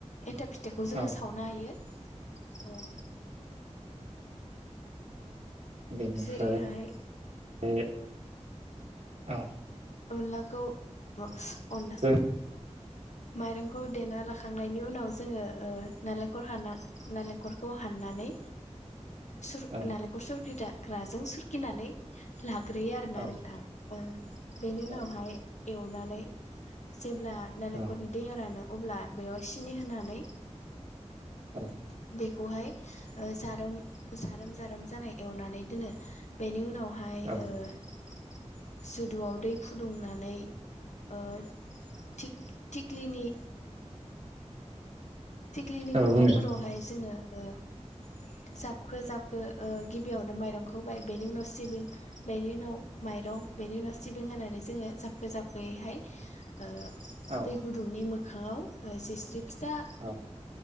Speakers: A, on the left (about 75°); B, on the right (about 70°).
A: एन्थाब फिथाखौ जोङो
B: औ
A: सावनो हायो। औ
B: बेनिफ्राय
A: जेरैहाय।
B: बे औ।
A: अनलाखौन र अनलाखौनो,
B: जों
A: माइरंखौ देना लाखांनायनि उनाव जोङो नालेंखर हाना नालेंखरखौ हाननानै सोर
B: औ
A: नालेंखर सोरगिदाग्राजों खिनानै ला ग्रोयो आरोना
B: औ
A: नोंथां। औ। बेनि उनावहाय
B: औ नोंथां
A: एवनानै नै जेब्ला नालेंखरनि
B: औ
A: दैया रानो। अब्ला बेयाव सिनि होना <unintelligible>
B: औ
A: बेवहाय जारोम जारोम जारोम जानाय एवनानै दोनो बेनि उनाव हायो
B: औ
A: ओ <unintelligible> दै फुदुंनानै ओ थिक थिक्लिनि। थिख्लिनि
B: औ
A: खुगाफोरावहाय
B: बुंनायसाय
A: जोङो। <unintelligible> जाबखो जाबखो ओ गिबियावनो माइरंखौ होबाय, बेनि उनाव सिबिं, बेनि उनाव माइरं बेनि उनाव सिबिं होनानै जोङो जाबखो जाबखोयैहाय ओ
B: औ
A: दै गुदुंनि मो खाङाव ओ जिस्रि फिसा
B: औ।